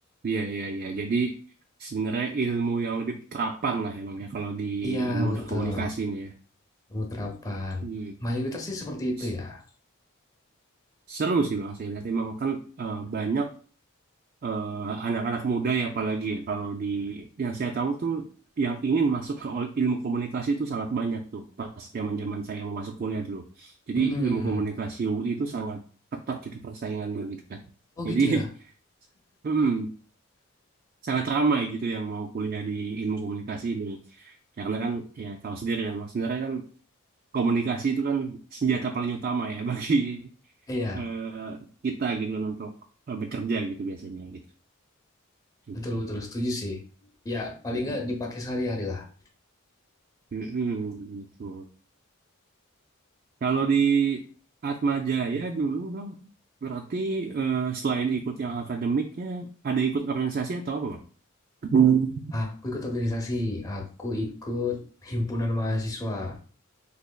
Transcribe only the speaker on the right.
iya iya iya. Jadi sebenarnya ilmu yang lebih terapan lah ya bang ya kalau di
ilmu
komunikasi ini ya.
Hmm.
S-
Seru sih bang saya lihat emang kan eh, banyak eh, anak-anak muda ya apalagi ya kalau di yang saya tahu tuh yang ingin masuk ke ol- ilmu komunikasi itu sangat banyak tuh pas zaman-zaman saya mau masuk kuliah dulu. Jadi
ilmu komunikasi UI itu sangat ketat gitu persaingannya gitu kan.
Jadi
<laughs>
Mm-mm. sangat ramai gitu yang mau kuliah di ilmu komunikasi ini karena kan ya tahu sendiri kan mas sebenarnya kan komunikasi itu kan senjata paling utama ya <laughs> bagi
eh, kita gitu kan untuk eh, bekerja gitu biasanya gitu
Gitu.
Mm-mm.
Mm-mm, gitu. kalau di Atma Jaya dulu bang berarti eh, selain ikut yang akademiknya ada ikut organisasi atau apa bang Hmm.